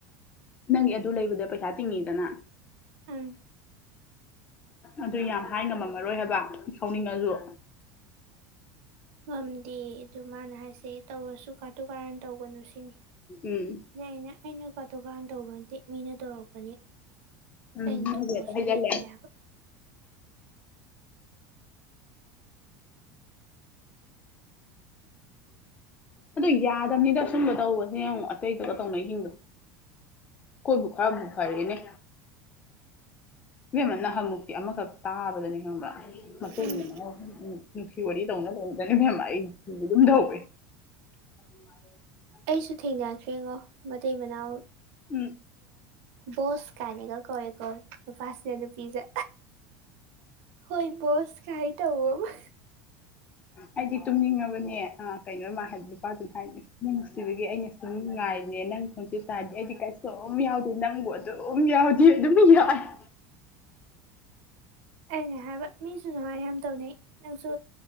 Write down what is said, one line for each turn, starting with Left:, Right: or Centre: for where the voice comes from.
Left: ꯅꯪꯒꯤ ꯑꯗꯨ ꯂꯩꯕꯗ ꯄꯩꯁꯥ ꯇꯤꯡꯉꯤꯗꯅ
Right: ꯎꯝ
Left: ꯑꯗꯨ ꯌꯥꯝ ꯍꯥꯏ ꯉꯝꯃꯝꯃꯔꯣꯏ ꯍꯥꯏꯕ ꯁꯥꯎꯅꯤꯡꯉꯖꯨ
Right: ꯉꯝꯗꯦ ꯑꯗꯨ ꯃꯥꯅ ꯍꯥꯏꯁꯦ ꯇꯧꯔꯁꯨ ꯀꯥꯇꯨ ꯀꯥꯔꯟ ꯇꯧꯒꯅꯨ ꯁ ꯁꯤꯅꯤ
Left: ꯎꯝ
Right: ꯑꯥ ꯑꯩꯅ ꯑꯩꯅ ꯀꯥꯇꯨ ꯀꯥꯔꯟ ꯇꯧꯕ ꯅꯠꯇꯦ ꯃꯤꯅ ꯇꯧꯔꯛꯄꯅꯤ
Left: ꯑꯝ
Right: ꯑꯩꯅ
Left: ꯅꯪꯁꯨ
Right: ꯇꯧꯗꯧꯁꯨ
Left: ꯍꯦꯛꯇꯥ ꯍꯤꯏꯖꯤꯜꯂꯦ
Right: ꯂꯩꯇꯦ ꯍꯥꯏꯕ
Left: ꯑꯗꯣ ꯌꯥ ꯗꯝꯅꯤꯗ ꯑꯆꯨꯝꯕ ꯇꯧꯕꯁꯦ ꯑꯃꯨꯛ ꯑꯇꯩꯗꯨꯒ ꯇꯧꯅꯩꯁꯤꯡꯗꯣ ꯀꯣꯏꯕꯨ ꯈꯔꯕꯨ ꯐꯔꯦꯅꯦ <unintelligible>
Right: ꯎꯝ
Left: <unintelligible>
Right: ꯑꯩꯁꯨ ꯊꯦꯡꯅꯈ꯭ꯔꯦꯉꯣ ꯃꯇꯩ ꯃꯅꯥꯎ
Left: ꯎꯝ
Right: ꯕꯣꯁ ꯀꯥꯟꯅꯒ ꯀꯧꯋꯦꯀꯣ ꯅꯨꯄꯥꯁꯤꯅ ꯅꯨꯄꯤꯗꯥ ꯍꯣꯏ ꯕꯣꯁ ꯀꯥꯏ ꯇꯧꯕꯃꯥ
Left: ꯑꯩꯗꯤ ꯇꯨꯝꯅꯤꯡꯉꯕꯅꯦ ꯑ ꯀꯩꯅꯣꯃ ꯃꯥ ꯍꯥꯏꯕꯗꯨꯕꯨ ꯅꯨꯄꯥꯗꯨꯅ ꯍꯥꯏꯅꯦ ꯅꯨꯡꯁꯤꯕꯒꯤ ꯑꯩꯅ ꯁꯨꯝ ꯉꯥꯏ ꯑꯩꯅꯦ ꯅꯪ ꯈꯣꯟꯆꯦꯟ ꯇꯥꯔꯗꯤ ꯑꯩꯗꯤ ꯀꯩꯁꯨꯨꯝ ꯌꯥꯎꯗꯦ ꯅꯪꯕꯨ ꯑꯗꯨꯝ ꯌꯥꯎꯔꯗꯤ ꯑꯗꯨꯝ ꯌꯥꯏ <inaudible>
Right: ꯑꯩꯅ ꯍꯥꯏꯕ ꯃꯤꯁꯨ ꯑꯗꯨꯃꯥꯏ ꯌꯥꯝ ꯇꯧꯅꯩ ꯅꯪꯁꯨ